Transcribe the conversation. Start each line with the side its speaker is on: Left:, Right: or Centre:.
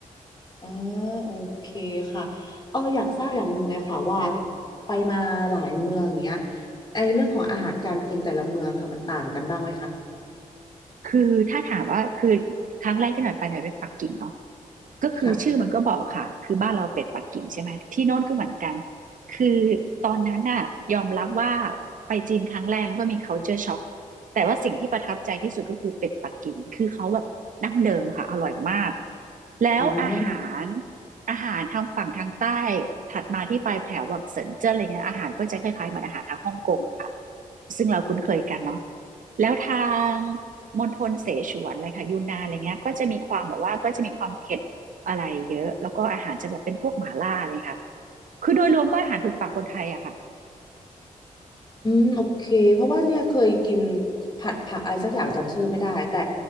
Left: อ๋อโอเคค่ะเอออยากทราบอย่างหนึ่งเลยค่ะว่าไปมาหลายเมืองอย่างเงี้ยไอเรื่องของอาหารการกินแต่ละเมืองค่ะมันต่างกันบ้างไหมคะ
Right: คือถ้าถามว่าคือครั้งแรกที่หน่อยไปหน่อยไปปักกิ่งเนาะก็คือชื่อมันก็บอกค่ะคือบ้านเราเป็นปักกิ่งใช่ไหมที่โน่นก็เหมือนกัน
Left: ค่ะ
Right: คือตอนนั้นน่ะยอมรับว่าไปจีนครั้งแรกแล้วก็มี culture shock แต่ว่าสิ่งที่ประทับใจที่สุดก็คือเป็ดปักกิ่งคือเขาแบบดั้งเดิมค่ะอร่อยมากแล้วอาหาร
Left: อืม
Right: อาหารทางฝั่งทางใต้ถัดมาที่ปลายแถวแบบเซินเจิ้นอะไรเงี้ยอาหารก็จะคล้ายๆเหมือนอาหารทางฮ่องกงอะค่ะซึ่งเราคุ้นเคยกันเนาะ แล้วทางมณฑลเสฉวนอะไรค่ะยูนนานอะไรเงี้ยก็จะมีความแบบว่าก็จะมีความเผ็ดอะไรเยอะแล้วก็อาหารจะแบบเป็นพวกหม่าล่าเลยค่ะคือโดยรวมก็อาหารถูกปากคนไทยอะค่ะ
Left: อืมโอเคเพราะว่าเนี่ยเคยกินผัดผักอะไรสักอย่างจำชื่อไม่ได้แต่